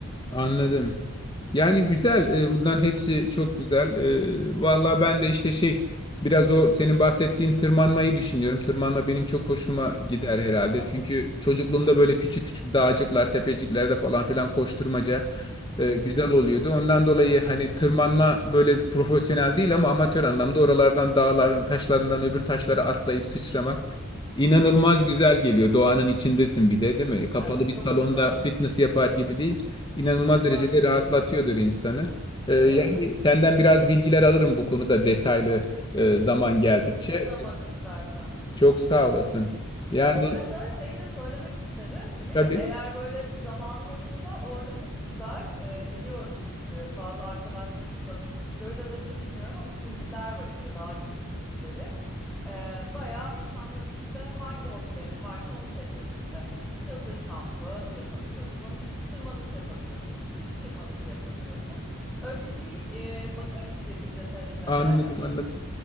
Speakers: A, on the left; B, in the centre.
A: Anladım. Yani güzel. e, Bunların hepsi çok güzel. E, Vallahi ben de işte şey biraz o senin bahsettiğin tırmanmayı düşünüyorum. Tırmanma benim çok hoşuma
B: Ha,
A: gider
B: çok
A: herhalde.
B: güzel olur.
A: Çünkü çocukluğumda böyle küçük küçük dağcıklar, tepeciklerde falan filan koşturmaca
B: Hı hı.
A: e, güzel oluyordu. Ondan dolayı hani tırmanma böyle profesyonel değil ama amatör anlamda oralardan dağların taşlarından öbür taşlara atlayıp sıçramak inanılmaz güzel geliyor. Doğanın içindesin bir de değil mi? E, Kapalı
B: Evet,
A: bir
B: çok
A: salonda
B: güzel.
A: fitness yapar gibi değil inanılmaz
B: Çok
A: derecede
B: başka
A: rahatlatıyordur
B: bir şey.
A: insanı. Ee, yani
B: Evet,
A: senden biraz bilgiler alırım bu konuda detaylı e, zaman geldikçe.
B: ne zaman istersen.
A: Çok sağ olasın. Yani
B: Ya bu arada şeyi de söylemek isterim Ümit.
A: tabii
B: Eğer böyle zamanın olursa orada çok güzel e, biliyorum çünkü bazı arkadaşlarımız da Florida'dakini bilmiyorum ama kulüpler var işte dağcılık kulüpleri. E, bayağı insanlar işte hangi hobilerin varsa onu seçiyorsun işte. Çadır kampı yapabiliyorsun, tırmanış yapabiliyorsun, kış tırmanışı yapabiliyorsun. Öyle bir şey e, bakarız birlikte seninle
A: anladım
B: de hani
A: anladım.